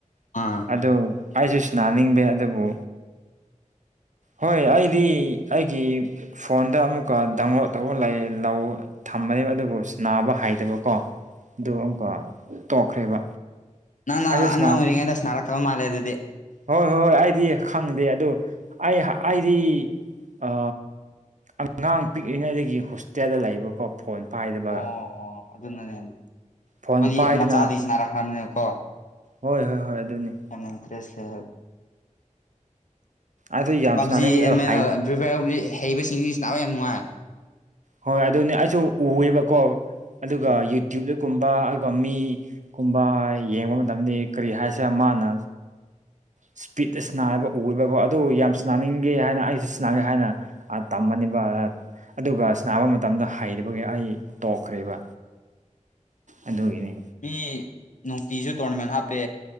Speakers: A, on the left; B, on the right.
A: ꯑꯥ
B: ꯑꯗꯨꯗ ꯑꯩꯁꯨ ꯁꯥꯟꯅꯤꯡꯕꯦ ꯑꯗꯨꯕꯨ ꯍꯣꯏ ꯑꯩꯗꯤ ꯑꯩꯒꯤ ꯐꯣꯟꯗ ꯑꯃꯨꯛꯀ ꯗꯥꯎꯟꯂꯣꯗ ꯇꯧꯕ ꯂꯩ ꯂꯧ ꯊꯝꯕꯅꯦꯕ ꯑꯗꯨꯕꯨ ꯅꯥꯕ ꯍꯩꯗꯕꯀꯣ ꯑꯗꯨꯣ ꯑꯃꯨꯛꯀ ꯇꯣꯛꯈ꯭ꯔꯦꯕ
A: ꯅꯪꯅ
B: ꯑꯩꯁꯨ
A: ꯑꯉꯥꯡ
B: ꯁꯅꯥꯅꯤꯡ
A: ꯑꯣꯏꯔꯤꯉꯩꯗ ꯅꯥꯔꯛꯇꯕ ꯃꯥꯜꯂꯦ ꯑꯗꯨꯗꯤ
B: ꯍꯣꯏ ꯍꯣꯏ ꯍꯣꯏ ꯑꯩꯗꯤ ꯈꯪꯗꯦ ꯑꯗ ꯑꯩ ꯑꯩꯗꯤ ꯑ ꯑꯉꯥꯡ ꯄꯤꯛꯂꯤꯉꯩꯗꯒꯤ ꯍꯣꯁꯇꯦꯜꯗ ꯂꯩꯕꯀꯣ ꯐꯣꯟ ꯄꯥꯏꯗꯕꯒ
A: ꯑꯣ ꯑꯣ ꯑꯗꯨꯅꯅꯦ ꯑꯩꯈꯣꯏꯒꯤ
B: ꯐꯣꯟ ꯄꯥꯏꯗꯅ
A: ꯃꯆꯥꯗꯤ ꯁꯅꯥꯔꯛꯈ꯭ꯔ꯭ꯕꯅꯤꯅꯀꯣ
B: ꯍꯣꯏ ꯍꯣꯏ ꯍꯣꯏ ꯑꯗꯨꯅꯤ
A: ꯑ ꯅꯇ꯭ꯔꯦꯁꯦ
B: ꯑꯗꯨ ꯌꯥꯝ
A: ꯄꯞꯖꯤ
B: ꯁꯅꯥꯅꯤꯡꯕꯗꯣ
A: ꯑꯦꯝ
B: ꯍꯥꯏ
A: ꯑꯦꯜ ꯐ꯭ꯔꯤꯐꯥꯏꯌꯔ ꯍꯩꯕꯁꯤꯡꯁꯤ ꯁꯥꯟꯅꯕ ꯌꯥꯝ ꯅꯨꯡꯉꯥꯏ
B: ꯍꯣꯏ ꯑꯗꯨꯅꯦ ꯑꯩꯁꯨ ꯎꯑꯦꯕꯀꯣ ꯑꯗꯨꯒ
A: ꯎꯝ
B: ꯌꯨꯇ꯭ꯌꯨꯕꯇꯒꯨꯝꯕ ꯑꯗꯨꯒ ꯃꯤ ꯨꯀꯨꯕ ꯌꯦꯡꯕ ꯃꯇꯝꯗꯤ ꯀꯔꯤ ꯍꯥꯏꯁꯦꯔꯥ ꯃꯥꯅ ꯏꯁꯄꯤꯗ ꯁꯥꯟꯅꯥꯕ ꯎꯕꯀꯣ ꯑꯗꯨ ꯌꯥꯝꯁꯥꯟꯅꯅꯤꯡꯒꯦ ꯍꯥꯏꯅ ꯑꯩꯁꯤ ꯁꯅꯥꯒꯦ ꯍꯥꯏꯅ ꯇꯝꯃꯕꯅꯦꯕ ꯑꯗꯨꯒ ꯅꯥꯕ ꯃꯇꯝꯗ ꯍꯩꯔꯤꯕꯒꯤ ꯑꯩ ꯇꯣꯛꯈ꯭ꯔꯦꯕ ꯑꯗꯨꯒꯤꯅꯤ
A: ꯃꯤ ꯅꯨꯡꯇꯤꯖꯨ ꯇꯣꯔꯅꯥꯃꯦꯟ ꯍꯥꯞꯄꯦ